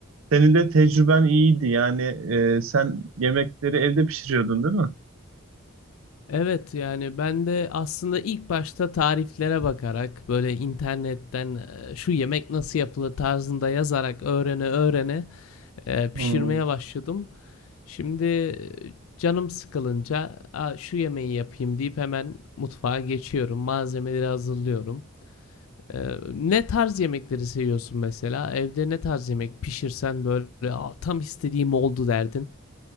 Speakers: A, on the right (about 80°); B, on the left (about 85°).
A: Senin de tecrüben iyiydi. Yani e, sen yemekleri evde pişiriyordun, değil mi?
B: Evet yani ben de aslında ilk başta tariflere bakarak böyle internetten e, şu yemek nasıl yapılır tarzında yazarak öğrene öğrene e, pişirmeye
A: Hmm.
B: başladım. Şimdi e, canım sıkılınca "Aa, şu yemeği yapayım deyip hemen mutfağa geçiyorum. Malzemeleri hazırlıyorum. E, ne tarz yemekleri seviyorsun mesela? Evde ne tarz yemek pişirsen böyle "Aa, tam istediğim oldu derdin.